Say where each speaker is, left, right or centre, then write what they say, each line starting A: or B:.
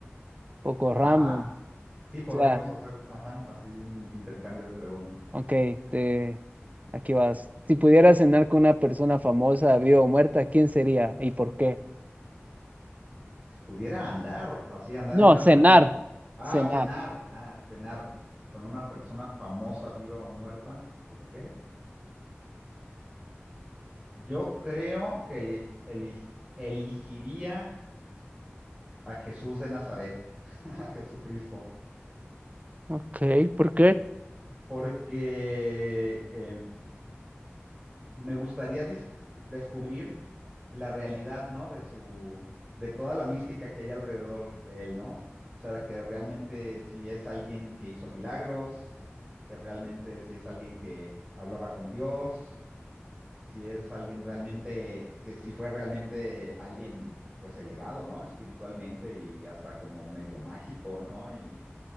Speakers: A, on the right (about 35°); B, on the right (about 20°).
A: poco random.
B: Ah, va. Sí, podríamos
A: O sea,
B: hacer, ajá, así intercambio de preguntas.
A: ok, te, aquí vas. Si pudieras cenar con una persona famosa, viva o muerta, ¿quién sería y por qué?
B: Si pudiera andar, así andar
A: No,
B: en plan
A: cenar,
B: rom- ah,
A: cenar.
B: cenar, ah, cenar con una persona famosa, viva o muerta, ¿y por qué? Yo creo que eli- eli- elegiría a Jesús de Nazaret, <laughs> a Jesucristo,
A: Ok, ¿por qué?
B: porque eh, me gustaría dis- descubrir la realidad, ¿no? De su, de toda la mística que hay alrededor de él, ¿no? O sea, que realmente si es alguien que hizo milagros, que realmente si es alguien que hablaba con Dios, si es alguien realmente, que si fue realmente alguien, pues elevado, ¿no? Espiritualmente y hasta como medio mágico, ¿no? Y,